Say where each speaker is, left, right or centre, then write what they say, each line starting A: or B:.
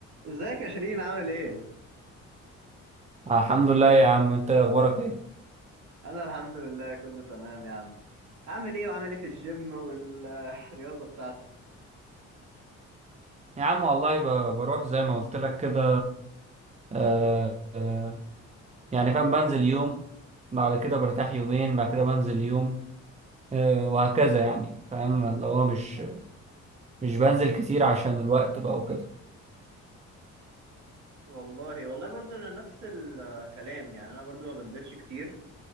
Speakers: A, on the right (about 65°); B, on the right (about 20°).
A: ازيك يا شيرين عامل ايه؟
B: آه، الحمد لله يا عم انت اخبارك ايه
A: انا الحمد لله كله تمام يا عم عامل ايه وعامل ايه في الجيم والرياضة بتاعتك؟
B: يا عم والله ب- بروح زي ما قلت لك كده آه آه يعني فاهم بنزل يوم بعد كده برتاح يومين بعد كده بنزل يوم آه وهكذا يعني فاهم اللي هو مش مش بنزل كتير عشان الوقت بقى وكده
A: والله والله برضو انا نفس الكلام يعني انا برضو ما بنزلش كتير